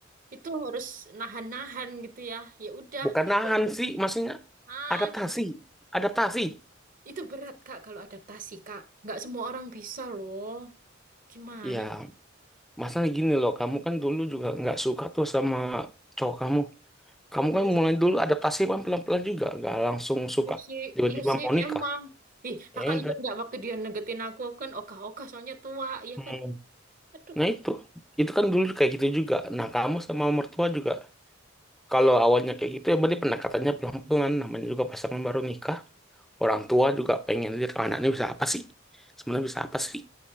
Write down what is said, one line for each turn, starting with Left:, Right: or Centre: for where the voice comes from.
Right: itu harus nahan-nahan gitu ya. Ya udah
Centre: bukan
Right: gitu.
Centre: nahan sih maksudnya
Right: Ah,
Centre: adaptasi
Right: gimana?
Centre: adaptasi
Right: Itu berat Kak kalau adaptasi Kak. Nggak semua orang bisa loh. Gimana?
Centre: ya masalah gini loh kamu kan dulu juga nggak suka tuh sama cowok kamu Kamu
Right: Iya,
Centre: kan
Right: s-
Centre: mulai dulu adaptasi kan pelan-pelan juga, nggak langsung suka.
Right: iya sih,
Centre: Tiba-tiba
Right: iya sih
Centre: mau nikah.
Right: emang. Ih, kakak
Centre: Ya udah.
Right: ingat nggak waktu dia negetin aku, aku kan ogah-ogah soalnya tua, ya
Centre: Hmm.
Right: kan? Aduh,
Centre: Nah itu, itu kan dulu kayak gitu juga. Nah kamu sama mertua juga, kalau awalnya kayak gitu ya berarti pendekatannya pelan-pelan. Namanya juga pasangan baru nikah. Orang tua juga pengen lihat oh, anaknya bisa apa sih. Sebenarnya bisa apa sih.